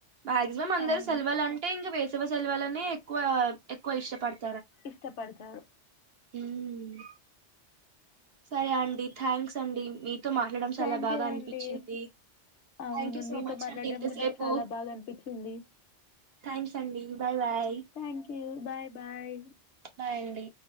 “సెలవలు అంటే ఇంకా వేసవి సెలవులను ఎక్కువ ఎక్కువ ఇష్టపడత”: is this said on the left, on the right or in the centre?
Right